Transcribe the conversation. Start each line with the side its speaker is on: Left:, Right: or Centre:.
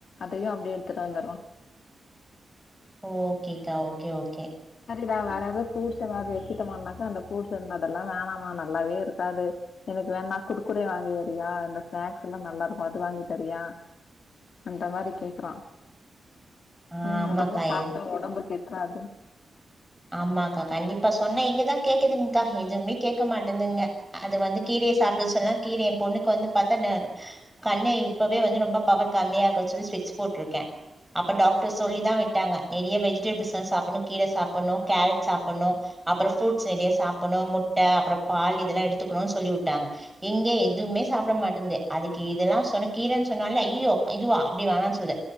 Left: அதையு அப்டியே எடுத்துட்டு வந்துடுறா
Centre: ஓகேக்கா ஓகே ஓகே
Left: சரிடா வேற எதாது ஃப்ரூட்ஸ் எதாது வைக்கட்டுமான்னாக்கா அந்த ஃப்ரூட்ஸ் வந்து அதெல்லா வேணாமா நல்லாவே இருக்காது எனக்கு வேணா குர்குரே வாங்கி தரியா இந்த ஸ்நாக்ஸ் எல்லா நல்லா இருக்கு அது வாங்கி தரியா அந்த மாரி கேக்குறா
Centre: ஆ
Left: ம்
Centre: ஆமாக்கா
Left: அதெல்லா சாப்ட்டா
Centre: எ-
Left: ஒடம்பு கேட்ராது
Centre: ஆமாக்கா கண்டிப்பா சொன்ன எங்கதா கேக்குதுங்க்கா எதுவுமே கேக்க மாட்டேதுங்க அது வந்து கீரைய சாப்டுனு சொன்னா கீரைய பொண்ணுக்கு வந்து பாத்தா நே கண்ணு இப்பவே வந்து ரொம்ப பவர் கம்மியா இருக்கு சொல்லி ஸ்பெஸ்க் போட்ருக்கே அப்ப டாக்டர் சொல்லிதா விட்டாங்க நெறைய வெஜிடபிள்ஸ்லா சாப்டணு கீர சாப் புணு கேரட் சாப்புணு அப்புறோ ஃப்ரூட்ஸ் நெறையா சாப்புட்ணு முட்ட அப்புறோ பால் இதெல்லா எடுத்துக்கணு சொல்லி வுட்டாங்க எங்க எதுவுமே சாப்பிட மாட்டேந்து அதுக்கு இதெல்லா சொன்ன கீரன்னு சொன்னால ஐயய்யோ இதுவா அப்டி வோனான்னு சொல்து